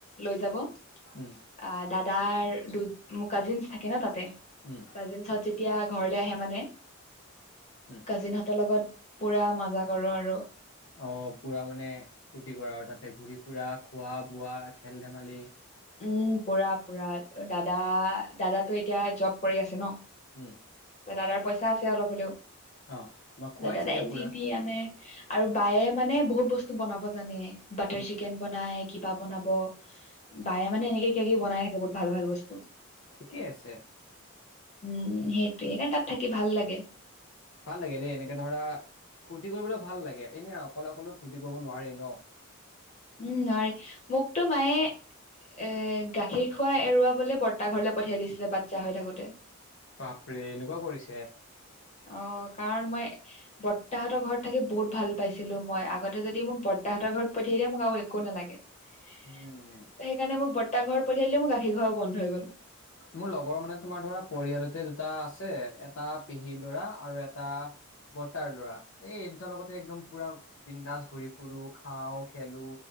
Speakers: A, on the left; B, on the left.
A: লৈ যাব। আঁ,
B: উম
A: দাদাৰ দু মোৰ কাজিনছ থাকে ন' তাতে।
B: উম
A: কাজিনহঁত যেত্ তিয়া ঘৰলে আহে মানে
B: উম
A: কাজিনহঁতৰ লগত পুৰা মজা কৰোঁ আৰু।
B: অঁ, পুৰা মানে ফূৰ্তি কৰা আৰু তাতে ঘুৰি ফুৰা, খোৱা-বোৱা, খেল-ধেমালি
A: উম, পুৰা পুৰা দাদা দাদাটো এতিয়া জব কৰি আছে ন'।
B: উম
A: ত' দাদাৰ পইচা আছে অলপ হ'লেও।
B: অ তোমাক খোৱাই
A: দা দাদাই
B: চাগে পুৰা
A: যি- তি আনে। আৰু বায়ে মানে বহুত বস্তু বনাব জানে। বাটাৰ
B: উম
A: চিকেন বনাই কিবা বনাব বায়ে মানে এনেকে কিবা- কিবি বনাই থাকে বহুত ভাল ভাল বস্তু।
B: ঠিকেই আছে।
A: উম, সেইটোৱে। এইকাৰণ তাত থাকি ভাল লাগে।
B: ভাল লাগে দেই এনেকে ধৰা ফূৰ্তি কৰিবলৈ ভাল লাগে। এনে অকলে অকলে ফূৰ্তি কৰিব নোৱাৰি ন'?
A: উম, নোৱাৰি মোকতো মায়ে এ গাখীৰ খোৱা এৰুৱাবলে বৰ্তা ঘৰলে পঠিয়াই দিছিলে। বাচ্ছা হৈ থাকোতে।
B: বাপৰে! এনেকুৱা কৰিছে?
A: অঁ, কাৰণ মই বৰ্তাহঁতৰ ঘৰত থাকি বহুত ভাল পাইছিলোঁ মই। আগতে যদি মোক বৰ্তাহঁতৰ ঘৰত পঠিয়াই দিয়ে মোক আৰু এ কো নেলাগে। সেইকাৰণে
B: উম
A: মোক বৰ্তা ঘৰত পঠিয়াই দিলে। মোৰ গাখীৰ খোৱাৰো বন্ধ হৈ গ'ল।
B: মোৰ লগৰ মানে তোমাৰ ধৰা পৰিয়ালতে দুটা আছে। এটা পেহীৰ ল'ৰা আৰু এটা বৰ্তাৰ ল'ৰা। এই দুটাৰ লগতে একদম পুৰা বিন্দাছ ঘুৰি ফুুৰো, খাওঁ, খেলো